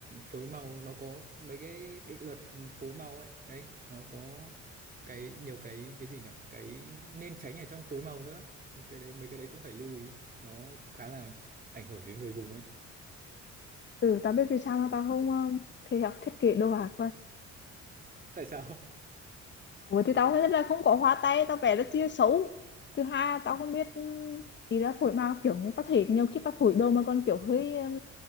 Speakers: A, on the right; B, on the left.
A: phối màu nó có mấy cái định luật phối màu ấy đấy nó có cái nhiều cái cái gì nhở cái nên tránh ở trong phối màu nữa cái đấy mấy cái đấy cũng phải lưu ý nó khá là ảnh hưởng đến người dùng ấy
B: ừ tao biết vì sao mà tao không ờ, thì học thiết kế đồ họa
A: tại sao
B: Ủa thì tao nghĩ là không có hoa tay tao vẽ rất chia xấu thứ hai là tao không biết ừm, ý là phổi màu kiểu như tao thấy nhiều khi tao phổi đồ mà còn kiểu hơi ừm,